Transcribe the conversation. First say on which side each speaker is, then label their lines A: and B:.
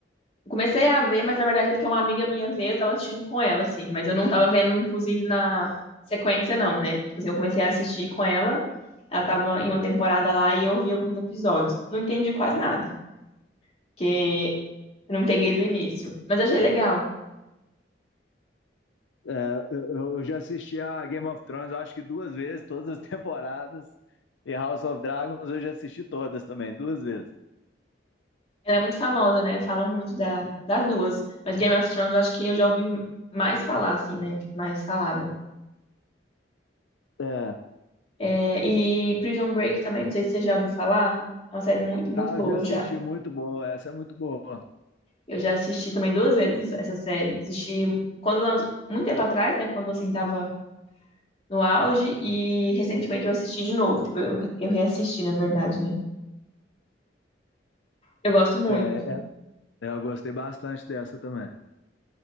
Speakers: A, on the left; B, on the left.
A: Comecei a ver, mas na verdade é porque uma amiga minha veio, eu tava assistindo com ela, assim. Mas eu não tava vendo, inclusive, na sequência, não, né? Tipo assim, eu comecei a assistir com ela, ela tava em uma temporada lá e eu vi alguns episódios. Não entendi quase nada, porque eu não peguei do início. Mas achei legal.
B: É, eu, eu- já assisti a Game of Thrones, acho que duas vezes, todas as <laughs> temporadas. E House of Dragons eu já assisti todas também, duas vezes.
A: Ela é muito famosa, né? Falam muito da, das duas. Mas Game of Thrones eu acho que eu já ouvi mais falar, assim, né? Tipo, Mais falada.
B: É.
A: É, e Prison Break também, não sei se você já ouviu falar. É uma série muito, muito
B: Ah,
A: boa.
B: eu já assisti,
A: Eu já
B: muito boa. Essa é muito boa.
A: Eu já assisti também duas vezes essa série. Assisti quando lançou- muito tempo atrás, né? Quando assim tava no auge, e recentemente eu assisti de novo. Tipo, eu, eu reassisti, na verdade, né? Eu gosto muito.
B: É, é- é, eu gostei bastante dessa também.